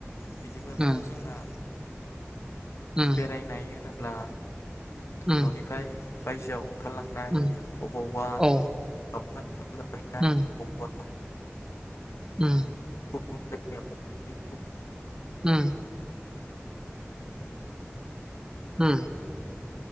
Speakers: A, on the left; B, on the right.
A: बिदिब्लाथ
B: उम
A: जोंना
B: उम
A: बेरायनाय होनो ब्ला
B: उम
A: न'निफ्राय बायजोआव ओंखारलांनाय
B: उम
A: अबावबा
B: औ
A: <unintelligible> नांनाय
B: उम उम
A: <unintelligible>
B: उम हम